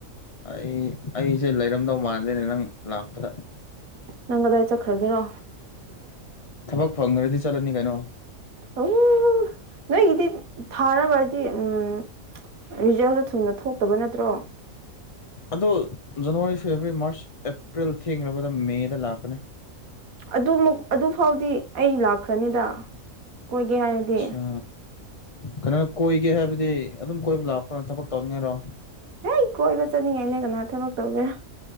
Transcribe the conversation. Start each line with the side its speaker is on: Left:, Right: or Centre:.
Left: ꯑꯩ ꯑꯩꯁꯦ ꯂꯩꯔꯝꯗꯧ ꯃꯥꯟꯗꯦꯅꯦ ꯅꯪ ꯂꯥꯛꯄꯗ
Right: ꯅꯪꯒꯗꯥꯏ ꯆꯠꯈ꯭ꯔꯒꯦꯀꯣ
Left: ꯊꯕꯛ ꯐꯪꯔꯦꯗꯤ ꯆꯂꯅꯤ ꯀꯩꯅꯣ
Right: ꯑꯣ ꯅꯣꯏꯒꯤꯗꯤ ꯊꯥꯔꯕ ꯍꯥꯏꯗꯤ ꯎꯝ ꯔꯤꯖꯜꯗꯣ ꯊꯨꯅ ꯊꯣꯛꯇꯕ ꯅꯠꯇ꯭ꯔꯣ
Left: ꯑꯗꯣ ꯖꯅꯋꯥꯔꯤ ꯐꯦꯕꯋꯥꯔꯤ ꯃꯥꯔꯁ ꯑꯦꯄ꯭ꯔꯤꯜ ꯊꯦꯡꯔꯕꯗ ꯃꯦꯗ ꯂꯥꯛꯀꯅꯤ
Right: ꯑꯗꯨꯃꯛ ꯑꯗꯨ ꯐꯥꯎꯗꯤ ꯑꯩ ꯂꯥꯛꯈ꯭ꯔꯅꯤꯗ ꯀꯣꯏꯒꯦ ꯍꯥꯏꯔꯗꯤ
Left: ꯑꯆꯥ ꯀꯩꯅꯣꯅ ꯀꯣꯏꯒꯦ ꯍꯥꯏꯕꯗꯤ ꯑꯗꯨꯝ ꯀꯣꯏꯕ ꯂꯥꯛꯄ꯭ꯔꯣꯅ ꯊꯕꯛ ꯇꯧꯅꯤꯡꯉꯥꯏꯔꯣ
Right: ꯍ ꯀꯣꯏꯕ ꯆꯠꯅꯤꯡꯉꯥꯏꯅꯦ ꯀꯅꯥ ꯊꯕꯛ ꯇꯧꯒꯦꯔꯥ